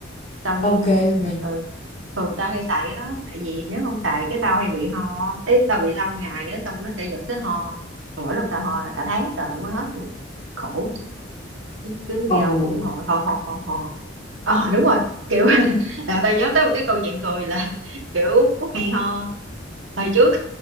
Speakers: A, on the right (about 85°); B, on the left (about 35°).
A: xong
B: Ok, mày.
A: ờ thường tao hay xài cái đó tại vì nếu không xài cái tao hay bị ho ấy tao bị lâu ngày á xong nó sẽ dẫn tới ho Mà mỗi lần tao ho là cả tháng trời mới hết luôn khổ cứ đi
B: Ồ.
A: đâu cũng ngồi ho ho ho ho ờ đúng rồi kiểu <laughs> là tao nhớ tới một cái câu chuyện cười là <laughs> kiểu hay ho hồi trước